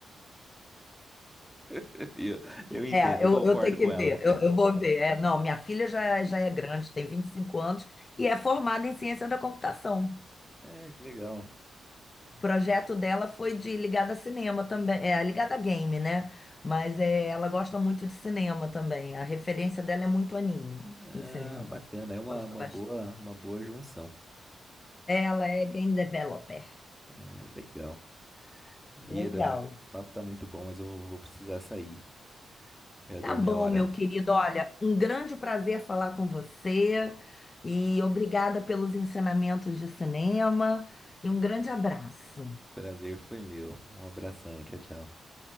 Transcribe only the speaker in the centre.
<laughs> E eu, eu entendo,
eu
concordo
com
ela.
É, que legal.
Ah,
bacana, é uma,
uma
boa, uma boa junção.
É, legal. Ieda,
o papo tá muito bom, mas eu vou precisar sair. Já deu
minha hora.
Prazer foi meu. Um abração, tchau, tchau.